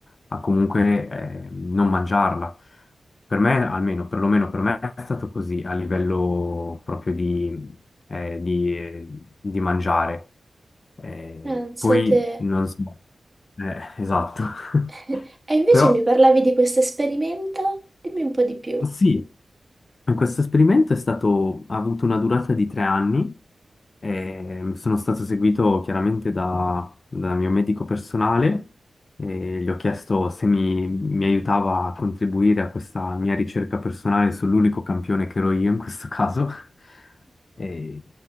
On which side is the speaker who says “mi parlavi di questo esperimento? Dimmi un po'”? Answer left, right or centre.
Right